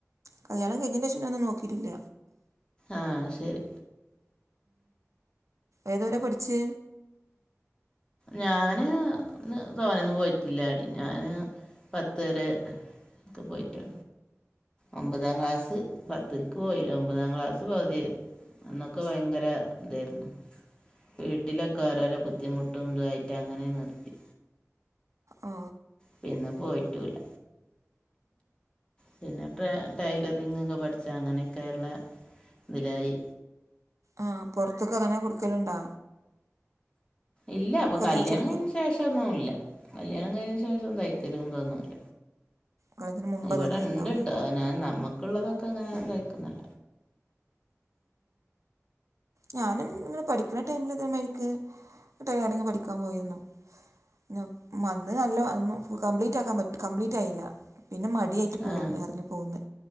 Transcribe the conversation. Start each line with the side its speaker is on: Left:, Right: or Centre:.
Right: കല്യാണം കഴിഞ്ഞിന്റെ ശേഷം ന്നും നോക്കിയിട്ടില്ല.
Left: ആ ശരി
Right: ഏത് വരെ പഠിച്ച്
Left: ഞാന് തോനെന്നും പോയിട്ടില്ല ഞാന് പത്ത് രെ ഒക്കെ പോയിട്ട് ഒമ്പതാം ക്ലാസ് പത്ത്ക്ക് പോയില്ല ഒമ്പതാം ക്ലാസ് പകുതിയായി - അന്നൊക്കെ ഭയങ്കര ഇതായിരുന്നു വീട്ടിലൊക്കെ ഓരോരോ ബുദ്ധിമുട്ടും ഉണ്ടായിട്ട് അങ്ങനെ നിർത്തി
Right: ഓ
Left: പിന്നെ പോയട്ടുല പിന്നെ ടെ ടൈലറിങ്ങൊക്കെ പഠിച്ചാ അങ്ങനെയൊകയുള്ള -- നിലായി
Right: ആ പുറത്തൊക്ക അങ്ങനെ കൊടുകലുണ്ടോ
Left: ഇല്ല അപ്പൊ കല്യാണത്തിന്
Right: തയ്ച്ച് കൊടുക്കുമോ
Left: കഴിഞ്ഞന് ശേഷം ഒന്നുമില്ല കല്യാണം കഴിഞ്ഞ ശേഷം തയ്കലു തൊന്നുല
Right: കല്യാണത്തിന് മുമ്പ്
Left: ഇവിടെ
Right: തയ്ച്ചിട്ടുണ്ടാവും
Left: ഇണ്ട്ട്ട്
Right: അല്ലേ
Left: ഞാൻ നമ്മുക്കുള്ളതൊക്കെ അങ്ങനെ കയ്ക്കുന്ന്ൾ
Right: ഞാനും ഇങ്ങെനെ പഠിക്ക് ടൈമില് ഇത് മ ര ിക്ക് െെട ലറിങ്പഠികുൻ പോയിരുന്നു. ന മന്ന് നല്ല ഒന്ന് കംപ്ലീറ്റ് ആക്കാൻ പറ്റില കംപ്ലീറ്റ് ആയില്ല. പിന്നെ മടിയായിട്ട് പോകുന്നു
Left: ആ
Right: ഇറങ്ങിപ്പോകുന്നു